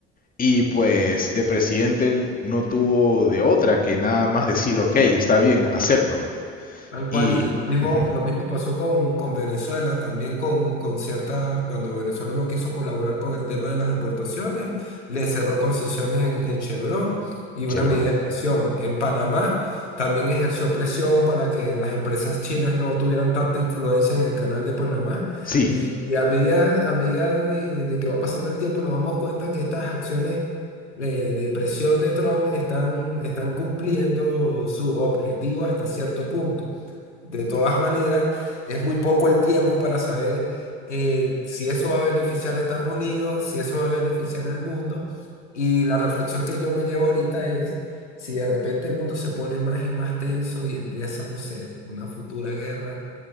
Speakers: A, on the left; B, on the left.
A: Y pues el presidente no tuvo de otra que nada más decir, ok, está bien, acepto.
B: Tal
A: Y...
B: cual, y lo mismo,
A: ujú,
B: lo mismo pasó con, con Venezuela, también con, con cierta, cuando Venezuela no quiso colaborar con el tema de las deportaciones, le cerró concesiones en, en Chevron y una
A: Chevron.
B: medida de presión. En Panamá también ejerció presión para que las empresas chinas no tuvieran tanta influencia en el canal de Panamá.
A: Sí,
B: Y, y a medida, a medida de, de que va pasando el tiempo, nos damos cuenta que estas acciones eh, de presión de Trump están, están cumpliendo su objetivo hasta cierto punto. De todas maneras, es muy poco el tiempo para saber eh, si eso va a beneficiar a Estados Unidos, si eso va a beneficiar al mundo. Y la reflexión que yo me llevo ahorita es si de repente el mundo se pone más y más tenso y empieza, no sé, una futura guerra,